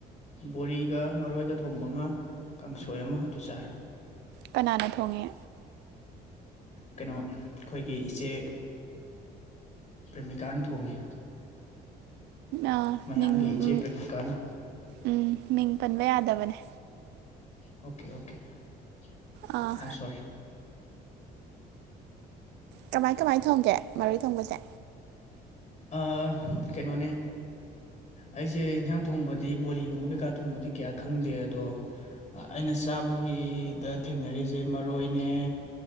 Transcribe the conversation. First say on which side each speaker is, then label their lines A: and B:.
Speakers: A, on the left (about 45°); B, on the right (about 85°).
A: ꯕꯣꯔꯤꯒ ꯃꯔꯣꯏꯒ ꯊꯣꯡꯕ ꯑꯃ ꯀꯥꯡꯁꯣꯏ ꯑꯃ ꯑꯗꯨ ꯆꯥꯔꯦ
B: ꯀꯅꯥꯅ ꯊꯣꯡꯉꯦ
A: ꯀꯩꯅꯣ ꯑꯈꯣꯏꯒꯤ ꯏꯆꯦ ꯄ꯭ꯔꯦꯃꯤꯀꯥꯅ ꯊꯣꯡꯉꯦ
B: ꯑꯥ
A: ꯃꯌꯥꯝꯒꯤ
B: ꯃꯤꯡ
A: ꯏꯆꯦ
B: ꯎꯝ
A: ꯄ꯭ꯔꯦꯃꯤꯀꯥꯅ
B: ꯎꯝ ꯃꯤꯡ ꯄꯟꯕ ꯌꯥꯗꯕꯅꯦ
A: okay okay I
B: ah
A: am sorry
B: ꯀꯃꯥꯏ ꯀꯃꯥꯏ ꯊꯣꯡꯒꯦ ꯃꯔꯣꯏ ꯊꯣꯡꯕꯁꯦ
A: ꯑꯥ ꯀꯩꯅꯣꯅꯦ ꯑꯩꯁꯦ ꯏꯟꯁꯥꯡ ꯊꯣꯡꯕꯗꯤ ꯕꯣꯔꯤꯒꯨꯝꯕ ꯀꯩꯀꯥ ꯊꯣꯡꯕꯗꯤ ꯀꯌꯥ ꯈꯪꯗꯦ ꯑꯗꯣ ꯑꯩꯅ ꯁꯨ ꯆꯥꯕꯒꯤꯗ ꯊꯦꯡꯅꯔꯤꯁꯦ ꯃꯔꯣꯏꯅꯦ